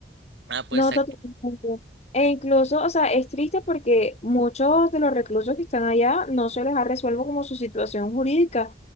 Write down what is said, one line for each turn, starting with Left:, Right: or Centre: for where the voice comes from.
Right: Ah, pues
Left: No,
Right: ac-
Left: totalmente. E incluso, o sea, es triste porque muchos de los reclusos que están allá no se les ha resuelto como su situación jurídica.